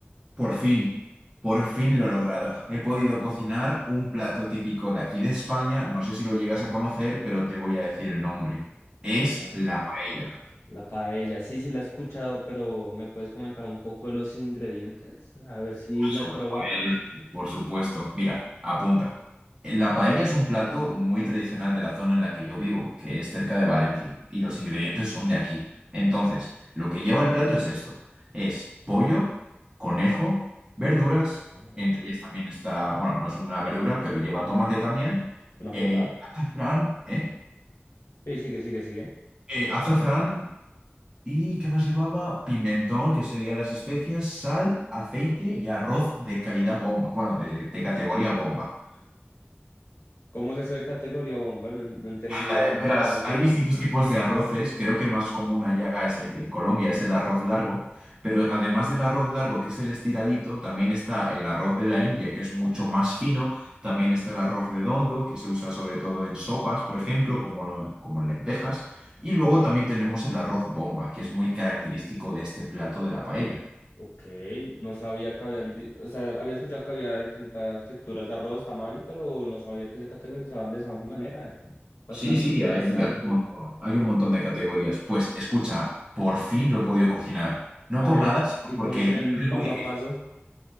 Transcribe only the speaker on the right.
por fin, por fin lo he logrado. He podido cocinar un plato típico de aquí de España, no sé si lo llegas a conocer, pero te voy a decir el nombre. Es
la paella.
Supuesto,
Por supuesto. Mira, apunta. La paella es un plato muy tradicional de la zona en la que yo vivo, que es cerca de Valencia, y los ingredientes son de aquí. Entonces, lo que lleva el plato es esto. Es pollo, conejo, verduras,
entre ellas también está, bueno, no es una verdura, pero lleva tomate también,
eh, azafrán, ¿eh?
Eh, azafrán ¿Y qué más llevaba? Pimentón, que serían las especias, sal, aceite y arroz de calidad bomba. Bueno, de, de categoría bomba.
Eh,
verás,
hay distintos tipos de arroces. Creo que el más común allá es el, en Colombia es el arroz largo. Pero además del arroz largo, que es el estiradito, también está el arroz de la India, que es mucho más fino. También está el arroz redondo, que se usa sobre todo en sopas, por ejemplo, como, lo- como en lentejas. Y luego también tenemos el arroz bomba, que es muy característico de este plato de la paella.
Sí, sí,
hay, hay un montón, hay un montón de categorías. Pues escucha, por fin lo he podido cocinar. No
por
nada, sino
porque
es
muy difícil.